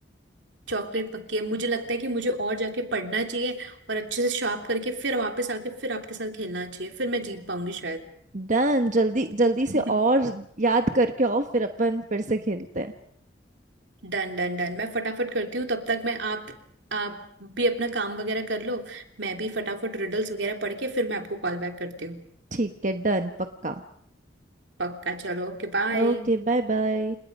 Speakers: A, on the right; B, on the right.
A: चॉकलेट पक्की है मुझे लगता है कि मुझे और जाके पढ़ना चाहिए और अच्छे से शार्प करके फिर वापस आके फिर आपके साथ खेलना चाहिए फिर मैं जीत पाऊंगी शायद
B: डन जल्दी जल्दी से
A: <laughs>
B: और याद करके और फिर अपन फिर से खेलते हैं
A: डन डन डन मैं फटाफट करती हूँ तब तक मैं आप आप भी अपना काम वगैरह कर लो मैं भी फटाफट रिडल्स वगैरह पढ़ के फिर मैं आपको कॉल बैक करती हूँ
B: ठीक है डन पक्का
A: पक्का चलो ओके बाय
B: Okay bye bye